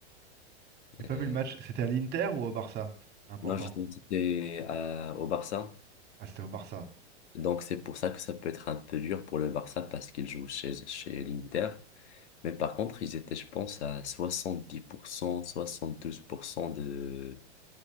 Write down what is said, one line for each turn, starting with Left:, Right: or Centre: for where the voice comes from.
Right: j'ai pas
Left: Euh,
Right: vu le match. C'était à l'Inter ou au Barça? C'est important.
Left: non, justement, c'était à- au Barça.
Right: Ah c'était au Barça.
Left: Donc c'est pour ça que ça peut être un peu dur pour le Barça parce qu'il joue chez, chez l'Inter. Mais par contre, ils étaient, je pense, à soixante soixante dix pour cent soixante-douze pour cent de